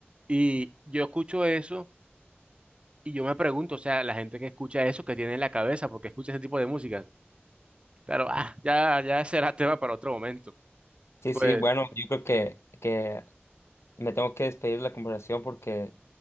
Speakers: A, on the right; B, on the left.
A: Y yo escucho eso y yo me pregunto, o sea, la gente que escucha eso, que tiene en la cabeza, porque escucha ese tipo de música. Claro, <laughs> ah, ya, ya será tema para otro momento.
B: Sí,
A: Pues,
B: sí, bueno, yo creo que, que Me tengo que despedir de la conversación porque